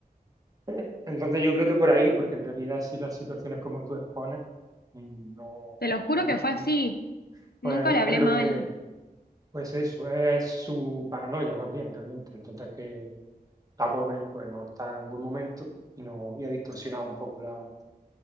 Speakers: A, on the right; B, on the left.
A: <laughs> Entonces yo creo que por ahí, porque en realidad si las situaciones como tú expones, mm, no,
B: Te lo juro
A: no-
B: que fue
A: mm,
B: así.
A: pues
B: Nunca le hablé
A: es lo
B: mal.
A: que, pues eso, es su paranoia más bien realmente. Entonces que está pobre pues no está en un buen momento y, no, y ha distorsionado un poco la,